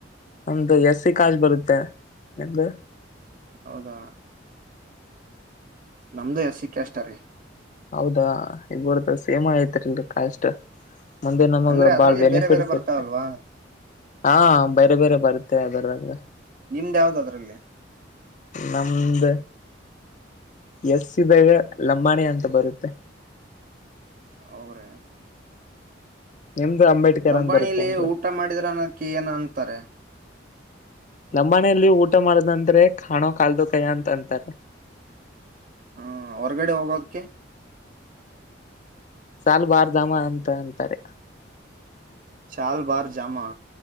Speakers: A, on the left; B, on the right.
A: ನಮ್ದು ಎಸ್ ಸಿ ಕಾಸ್ಟ್ ಬರುತ್ತೆ ನಿಮ್ಮದು
B: ಹೌದಾ ನಮ್ದು ಎಸ್ ಸಿ ಕ್ಯಾಸ್ಟ್ರೀ
A: ಹೌದಾ ಇಬ್ರುದು ಸೇಮ ಐತರಿಲ್ರಿ ಕ್ಯಾಸ್ಟ್ ಮುಂದೆ ನಮಗ
B: ಅಂದ್ರೆ ಅದ್ರಲ್ಲಿ
A: ಬಾಳ್ ಬೆನಿಫಿಟ್ಸ್
B: ಬೇರೆ ಬೇರೆ ಬರ್ತಾವಲ್ವಾ
A: ಇರುತ್ತೆ <inaudible> ಹಾ ಬೇರೆ ಬೇರೆ ಬರುತ್ತೆ <unintelligible>
B: ನಿಮ್ದ ಯಾವ್ದ ಅದ್ರಲ್ಲಿ
A: ನಮ್ದ ಎಸ್ ಸಿ ದಾಗ ಲಂಬಾಣಿ ಅಂತ ಬರುತ್ತೆ
B: <unintelligible>
A: ನಿಮ್ದು ಅಂಬೇಡ್ಕರ್
B: ಲಂಬಾಣಿಲಿ
A: ಅಂತ ಬರುತ್ತೇನ್ರಿ
B: ಊಟ ಮಾಡಿದ್ರ ಅನ್ನದಕ್ಕೆ ಏನ ಅಂತಾರೆ
A: ಲಂಬಾಣಿಯಲ್ಲಿ ಊಟ ಮಾಡದಂದ್ರೆ ಕಾಣೋ ಕಾಲದು ಕಯ್ಯ ಅಂತ ಅಂತಾರೆ
B: ಹ್ಮ್ ಹೊರಗಡೆ ಹೋಗೋಕ್ಕೆ
A: ಸಲ್ವಾರ್ ಜಾಮ ಅಂತ ಅಂತಾರೆ
B: ಚಲ್ ಬಾರ ಜಾಮಾ